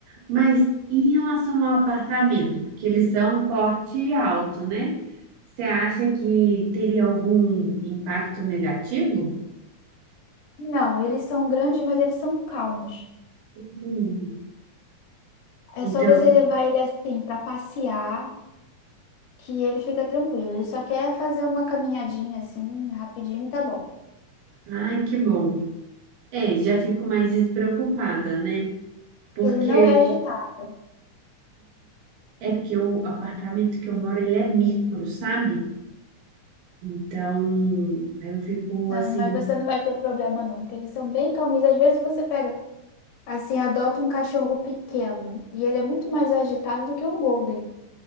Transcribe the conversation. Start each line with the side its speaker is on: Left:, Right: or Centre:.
Right: Mas em relação ao apartamento, porque eles são porte alto, né? Você acha que teria algum impacto negativo?
Left: Não, eles são grandes, mas eles são calmos.
Right: Hum,
Left: É
Right: então,
Left: só você levar ele assim para passear que ele fica tranquilo. Ele só quer fazer uma caminhadinha assim, rapidinho e tá bom.
Right: ai, que bom. É, já fico mais despreocupada, né? Porque
Left: Ele não é agitado
Right: é porque o apartamento que eu moro, ele é micro, sabe? Então, aí eu fico
Left: Não,
Right: assim,
Left: mas você não vai ter problema, não, porque eles são bem calminhos. Às vezes você pega, assim, adota um cachorro pequeno e ele é muito mais agitado do que um Golden.